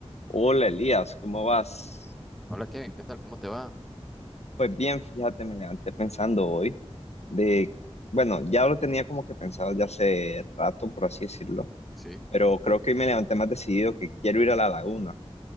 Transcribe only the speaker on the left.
Hola Elías, ¿cómo vas?
Pues bien, fíjate, me levanté pensando hoy de, bueno, ya lo tenía como que pensado ya hace rato, por así decirlo,
pero creo que hoy me levanté más decidido que quiero ir a la laguna.